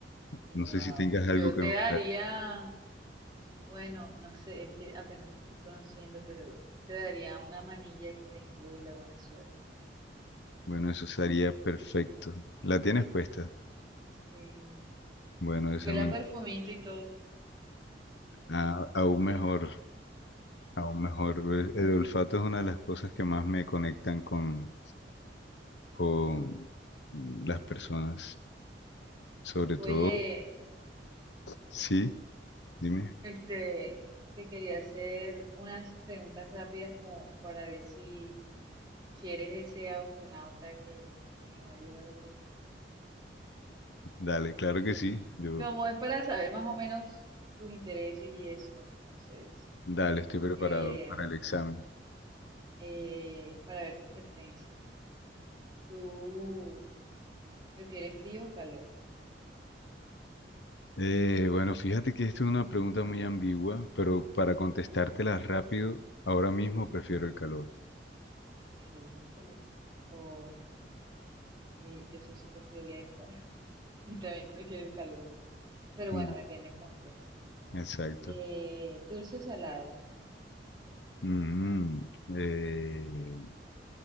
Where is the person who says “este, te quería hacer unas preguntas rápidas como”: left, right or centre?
Right